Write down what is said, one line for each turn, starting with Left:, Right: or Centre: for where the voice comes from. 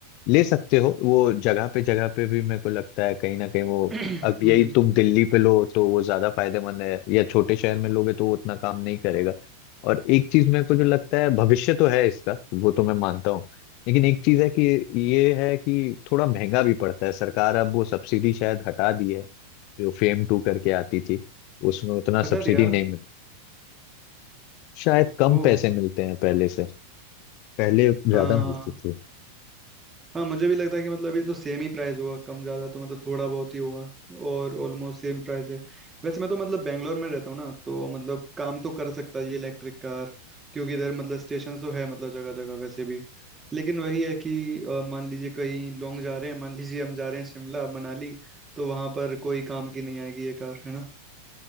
Left: ले सकते हो वो जगह पे जगह पे भी मेरे को लगता है कहीं ना कहीं वो
Right: <clears throat>
Left: अब यही
Right: हम्म
Left: तुम दिल्ली पे लो तो वो ज्यादा फायदेमंद है या छोटे शहर में लोगे तो वो उतना काम नहीं करेगा और एक चीज मेरे को जो लगता है भविष्य तो है इसका वो तो मैं मानता हूँ लेकिन एक चीज है कि ये है कि थोड़ा महंगा भी पड़ता है सरकार अब वो सब्सिडी शायद हटा दी है जो फेम टू करके आती थी उसमें उतना
Right: हटा
Left: सब्सिडी
Right: दिया
Left: नहीं मिल शायद कम
Right: ओ
Left: पैसे मिलते हैं पहले से पहले
Right: हाँ
Left: ज्यादा मिलती थी
Right: हाँ मुझे भी लगता है कि मतलब अभी तो सेम ही प्राइस होगा कम ज्यादा तो मतलब थोड़ा बहुत ही होगा और ऑलमोस्ट सेम प्राइस है वैसे मैं तो मतलब बेंगलोर में रहता हूँ ना तो मतलब काम तो कर सकता है ये इलेक्ट्रिक कार क्योंकि इधर मतलब स्टेशन तो है मतलब जगह जगह वैसे भी लेकिन वही है कि अ, मान लीजिए कहीं लॉन्ग जा रहे हैं मान लीजिए हम जा रहे हैं शिमला मनाली तो वहां पर कोई काम की नहीं आएगी ये कार है ना